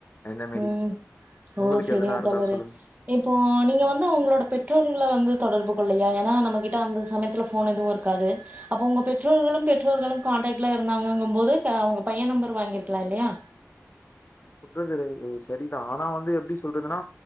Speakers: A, on the left; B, on the right.
A: அந்த மேரி
B: ம் ஓ
A: உங்களுக்கு
B: செரிங்க
A: எதனா இருந்தா
B: தோழரே
A: சொல்லுங்க.
B: இப்போ நீங்க வந்து உங்ளோட பெற்றோர்கள்ல வந்து தொடர்பு கொல்லையா ஏன்னா நம்ம கிட்ட அந்த சமயத்துல போன் எதுவு இருக் காது அப்ப உங்க பெற்றோர்களும் பெற்றோர்களும் கான்டாக்ட்ல இருந்தாங்கும் போது அவங்க பையன் நம்பர் வாங்கிருக்கலா இல்லையா
A: சொல்றது சரிதா ஆனா வந்து எப்டி சொல்றதுன்னா